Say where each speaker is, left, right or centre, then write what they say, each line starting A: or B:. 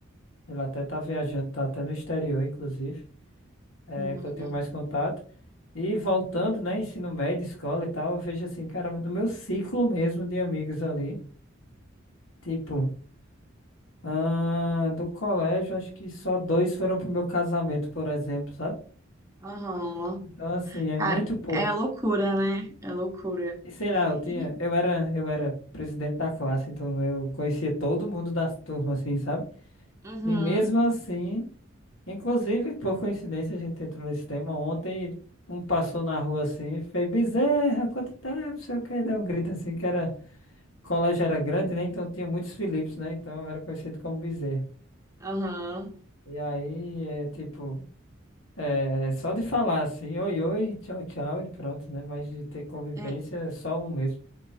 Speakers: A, on the left (about 80°); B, on the right (about 15°).
A: Ele até tá viajando, tá até no exterior, inclusive, é
B: uhum. uhum.
A: que eu tenho mais contato. E voltando, né, ensino médio, escola e tal, eu vejo assim, caramba, do meu ciclo mesmo de amigos ali. Tipo, ah, do colégio, acho que só dois foram pro meu casamento, por exemplo, sabe?
B: Aham.
A: Então, assim, é
B: Cara,
A: muito pouco.
B: é loucura, né? É loucura.
A: E sei lá, eu tinha,
B: E.
A: eu era, eu era presidente da classe, então eu conhecia todo mundo da turma, assim, sabe?
B: Uhum,
A: E mesmo assim, inclusive, por coincidência, a gente entrou nesse tema ontem, um passou na rua assim, e fez Bezerra, quanto tempo, sei o quê, deu um grito assim, que era, o colégio era grande, né? Então tinha muitos Philips, né? Então eu era conhecido como Bezerra.
B: aham.
A: E aí, é tipo, é só de falar assim, oi, oi, tchau, tchau, e pronto, né? Mas de ter convivência,
B: É,
A: é só um mesmo.